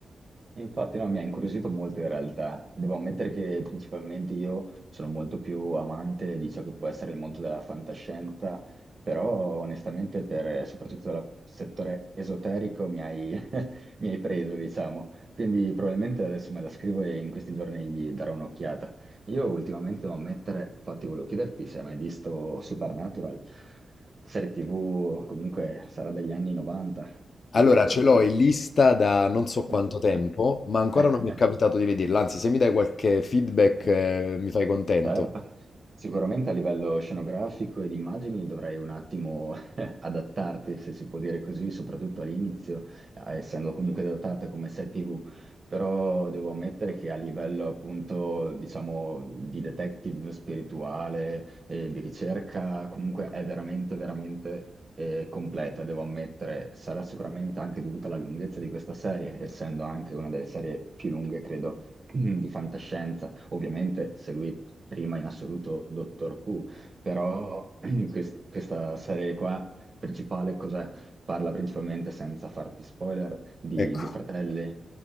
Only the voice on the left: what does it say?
Allora, ce l'ho in lista da non so
quanto tempo, ma ancora non mi è capitato di vederla. Anzi, se mi dai qualche feedback, eh, mi fai contento.
Ecco,